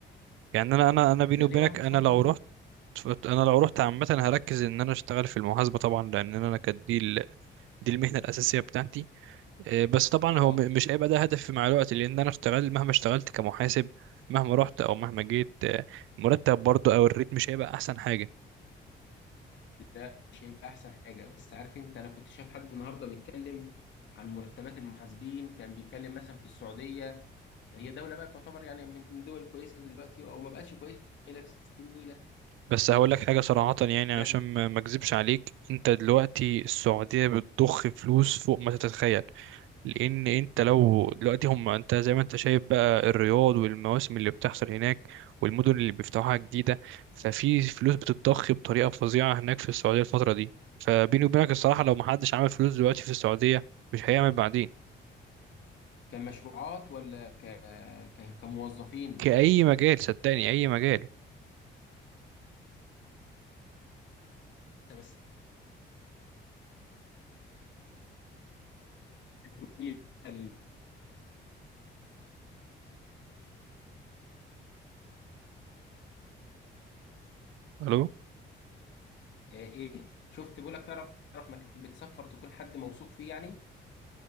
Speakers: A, on the right; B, on the left.
A: يعني أنا أنا أنا بيني
B: أنا
A: وبينك
B: ليه واحد
A: أنا
B: صاحبي
A: لو رحت أنا لو رحت عامة هركز إن أنا أشتغل في المحاسبة طبعا لأن أنا كدي دي المهنة الأساسية بتاعتي آه، بس طبعا
B: آه
A: هو م- مش هيبقى ده هدفي مع الوقت لأن أنا اشتغل مهما اشتغلت كمحاسب مهما رحت أو مهما جيت آه، المرتب برضه أو الريت مش هيبقى أحسن حاجة
B: لا مش هيبقى أحسن حاجة بس عارف أنت أنا كنت شايف حد النهاردة بيتكلم عن مرتبات المحاسبين كان بيتكلم مثلا في السعودية هي دولة بقى بتعتبر يعني من الدول الكويسة دلوقتي أو ما بقتش كويسة هي لابسة النيلة
A: بس هقول لك حاجة صراحة يعني
B: لا،
A: عشان ما ما أكذبش عليك أنت دلوقتي السعودية بتضخ فلوس فوق ما تتخيل لان انت لو دلوقتي هم انت زي ما انت شايف بقى الرياض والمواسم اللي بتحصل هناك والمدن اللي بيفتحوها جديده ففي فلوس بتتضخ بطريقه فظيعه هناك في السعوديه الفتره دي فبيني وبينك الصراحه لو محدش عمل فلوس دلوقتي في السعوديه مش هيعمل بعدين
B: كمشروعات ولا ك... ك... كموظفين
A: كأي مجال صدقني أي مجال
B: بس والنيلة ال-
A: ألو
B: آه، إيه شفت بقول لك تعرف تعرف مكان بتسفر تكون حد موثوق فيه يعني